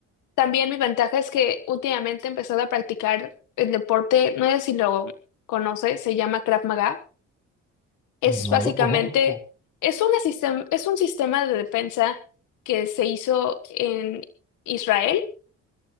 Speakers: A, on the left; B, on the left.
A: También mi ventaja es que últimamente he empezado a practicar el deporte, no sé si lo conoce, se llama Krav Maga. Es
B: No
A: básicamente,
B: lo conozco.
A: es una sistem- es un sistema de defensa que se hizo en Israel,